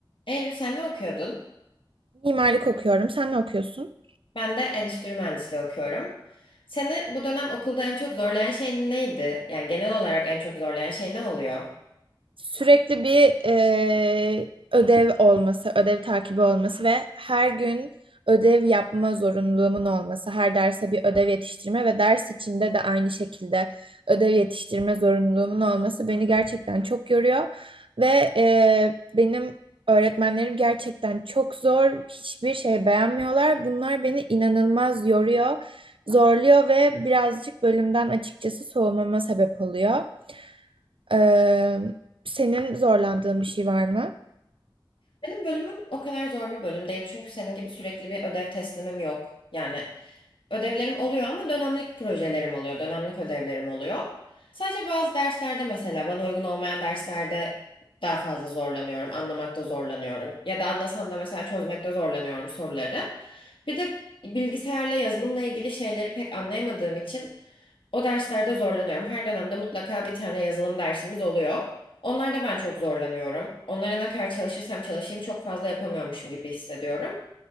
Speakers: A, on the left; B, on the right.
A: Eylül sen ne okuyordun?
B: Mimarlık okuyorum. Sen ne okuyorsun?
A: Ben de endüstri mühendisliği okuyorum. Seni bu dönem okulda en çok zorlayan şey neydi? Yani genel olarak en çok zorlayan şey ne oluyor?
B: Sürekli bir e, ödev olması, ödev takibi olması ve her gün ödev yapma zorunluluğumun olması, her derse bir ödev yetiştirme ve ders içinde de aynı şekilde ödev yetiştirme zorunluluğumun olması beni gerçekten çok yoruyor ve e, benim öğretmenlerim gerçekten çok zor, hiçbir şey beğenmiyorlar. Bunlar beni inanılmaz yoruyor, zorluyor ve birazcık bölümden açıkçası soğumama sebep oluyor. Ee, senin zorlandığın bir şey var mı?
A: Benim bölümüm o kadar zor bir bölüm değil çünkü senin gibi sürekli bir ödev teslimim yok. Yani Ödevlerim oluyor ama dönemlik projelerim oluyor, dönemlik ödevlerim oluyor. Sadece bazı derslerde mesela bana uygun olmayan derslerde daha fazla zorlanıyorum, anlamakta zorlanıyorum. Ya da anlasam da mesela çözmekte zorlanıyorum soruları. Bir de bilgisayarla yazılımla ilgili şeyleri pek anlayamadığım için o derslerde zorlanıyorum. Her dönemde mutlaka bir tane yazılım dersimiz oluyor. Onlarda ben çok zorlanıyorum. Onlara ne kadar çalışırsam çalışayım çok fazla yapamıyormuşum gibi hissediyorum.